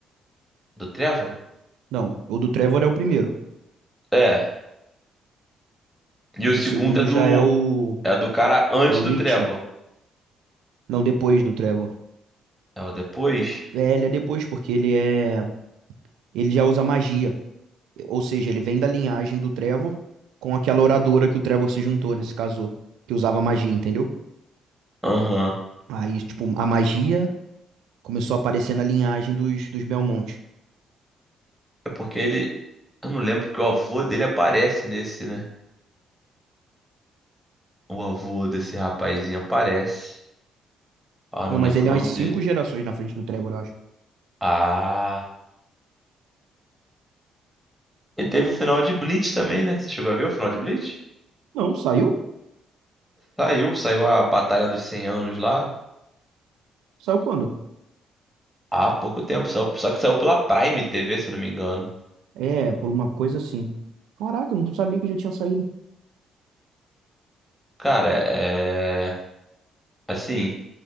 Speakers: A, in the centre; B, on the right (about 85°).
A: Do Trevor?
B: Não, o do Trevor é o primeiro.
A: É. E
B: O
A: o
B: do
A: segundo
B: segundo
A: é do
B: já é o
A: é do cara antes
B: é o
A: do
B: Rich.
A: Trevor.
B: Não, depois do Trevor.
A: É o depois?
B: É, ele é depois porque ele é ele já usa magia. Ou seja, ele vem da linhagem do Trevor com aquela oradora que o Trevor se juntou nesse caso, que usava magia, entendeu?
A: Aham.
B: Aí, tipo, a magia começou a aparecer na linhagem dos dos Belmont.
A: É porque ele. Eu não lembro porque o avô dele aparece nesse, né? O avô desse rapazinho aparece. Ah,
B: Não,
A: não lembro
B: mas ele
A: o nome
B: é umas cinco
A: dele.
B: gerações na frente do Trevor, eu acho.
A: Ah. E teve o final de Bleach também, né? Você chegou a ver o final de Bleach?
B: Não, saiu?
A: Saiu, saiu a Batalha dos cem Anos lá.
B: Saiu quando?
A: Há pouco tempo, saiu- só que saiu pela Prime TV, se eu não me engano.
B: É, por uma coisa assim. Caraca, eu não sabia que já tinha saído.
A: Cara, é. Assim,